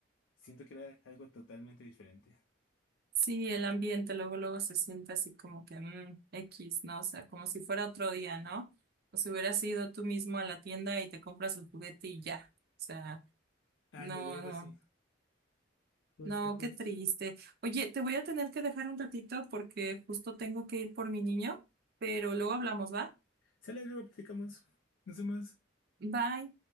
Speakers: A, on the left (about 80°); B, on the right (about 55°).
A: siento que era algo totalmente diferente.
B: Sí, el ambiente luego luego se siente así como que mm, X, ¿no? O sea, como si fuera otro día, ¿no? O si hubieras ido tú mismo a la tienda y te compras el juguete y ya. O sea,
A: Ándale,
B: no,
A: algo
B: no,
A: así. Justo,
B: no,
A: justo.
B: qué triste. Oye, te voy a tener que dejar un ratito porque justo tengo que ir por mi niño, pero luego hablamos, ¿va?
A: Sale, luego platicamos. Nos vemos.
B: Bye.